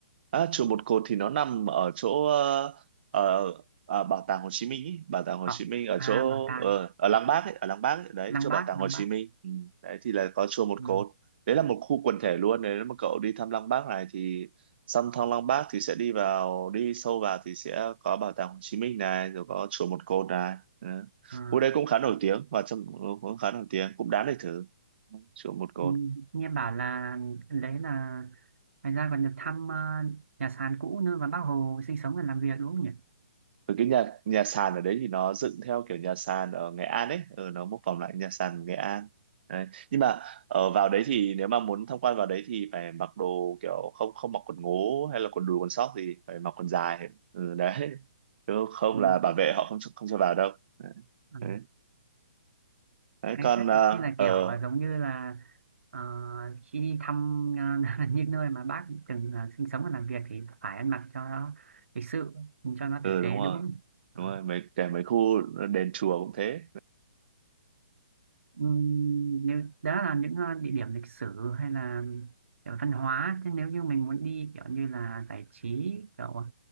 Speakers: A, on the right; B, on the right.
A: À, chùa Một Cột thì nó nằm ở chỗ ờ, ờ, à, bảo tàng Hồ Chí Minh ý. Bảo tàng Hồ
B: Ờ,
A: Chí Minh ở
B: à
A: chỗ
B: bảo tàng
A: ờ, ở Lăng Bác ấy, ở Lăng Bác ấy, đấy
B: Lăng
A: chỗ
B: Bác,
A: bảo tàng
B: Lăng
A: Hồ Chí
B: Bác.
A: Minh ừ. Đấy thì là có chùa Một
B: Ừ,
A: Cột đấy là một khu quần thể luôn nếu mà cậu đi thăm Lăng Bác này thì xong thăm Lăng Bác thì sẽ đi vào đi sâu vào thì sẽ có bảo tàng Hồ Chí Minh này rồi có chùa Một Cột này ừ.
B: ờ.
A: Khu đấy cũng khá nổi tiếng và trong cũng khá nổi tiếng cũng đáng để thử chùa Một Cột
B: Ừ, nghe bảo là đấy là thành ra còn được thăm ờ, nhà sàn cũ nơi mà bác Hồ sinh sống và làm việc đúng không nhỉ?
A: Rồi cái nhà nhà sàn ở đấy thì nó dựng theo kiểu nhà sàn ở Nghệ An ấy, ừ, nó mô phỏng lại nhà sàn Nghệ An. Đấy. Nhưng mà ở vào đấy thì nếu mà muốn tham quan vào đấy thì phải mặc đồ kiểu không không mặc quần ngố hay là quần đùi quần sóc thì phải mặc quần dài. Ừ, đấy. Chứ không
B: Ừ,
A: là bảo vệ họ không cho- không cho vào đâu. Đấy.
B: ừ,
A: Đấy. Đấy,
B: hay
A: còn
B: phết
A: ờ
B: thế là
A: ờ,
B: kiểu ờ, giống như là ờ, khi đi thăm ờ, <laughs> những nơi mà bác từng ờ, sinh sống và làm việc thì phải ăn mặc cho nó lịch sự cho nó
A: ừ,
B: tử tế
A: đúng
B: đúng
A: rồi.
B: không? Đó.
A: Đúng rồi, mấy kể mấy khu đền chùa cũng thế.
B: Ừ, nếu đó là những ờ, địa điểm lịch sử hay là kiểu văn hóa thế nếu như mình muốn đi kiểu như là giải trí kiểu